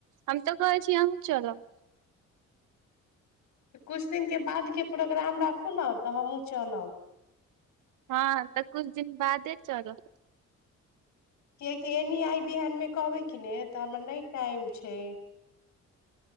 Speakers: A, on the right (about 85°); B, on the left (about 70°).
A: हम तऽ कहै छी आहूँ चलब
B: तऽ किछु दिनके बादके प्रोग्राम राखू ने तऽ हमहूँ चलब
A: हँ तऽ कुछ दिन बादे चलब
B: कियकि एनी आइ बिहान मे कहबै कि ने तऽ हमर नहि टाइम छै